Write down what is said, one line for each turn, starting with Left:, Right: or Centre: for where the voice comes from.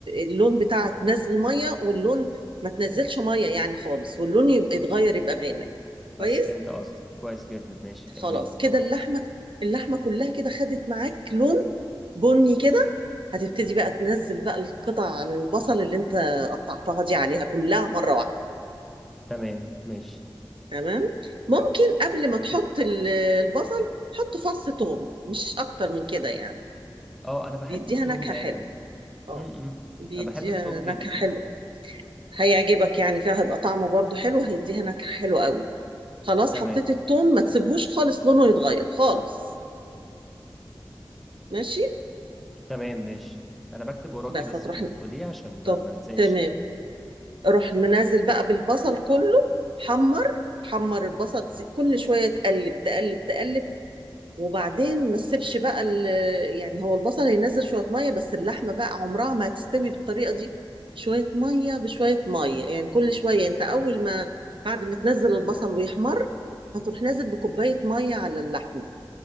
Right: اللون بتاعها تنزل مية واللون ما تنزلش مية يعني خالص واللون يبقى يتغير يبقى غامق
Centre: بس
Right: كويس
Centre: فهمت قصدك كويس جدا ماشي كمل
Right: خلاص كده اللحمه اللحمه كلها كده خدت معاك لون بني كده هتبتدي بقى تنزل بقى القطع البصل اللي انت قطعتها دي عليها كلها مره واحده
Centre: تمام ماشي
Right: تمام ممكن قبل ما تحط ال- البصل حط فص ثوم مش اكتر من كده يعني
Centre: اه انا بحب
Right: بيديها
Centre: التوم
Right: نكهه
Centre: لان
Right: حلوه اه
Centre: امم امم.
Right: بيديها
Centre: انا بحب التوم جدا
Right: نكهه حلوه
Centre: اه
Right: هيعجبك يعني فيها هيبقى طعمه برضو حلو هيديها نكهه حلوه قوي خلاص
Centre: تمام
Right: حطيت الثوم ما تسيبهوش خالص لونه يتغير خالص ماشي
Centre: تمام ماشي انا بكتب وراكي
Right: بس
Centre: بس
Right: هتروح
Centre: اللي بتقوليه عشان ما
Right: طب
Centre: ما انساش
Right: تمام
Centre: يعني
Right: اروح منزل بقى بالبصل كله حمر حمر البصل كل شويه تقلب تقلب تقلب وبعدين ما تسيبش بقى ال- يعني هو البصل هينزل شويه ميه بس اللحمه بقى عمرها ما هتستوي بالطريقه دي شويه ميه بشويه ميه يعني كل شويه يعني انت اول ما بعد ما تنزل البصل ويحمر هتروح نازل بكوبايه ميه على اللحمه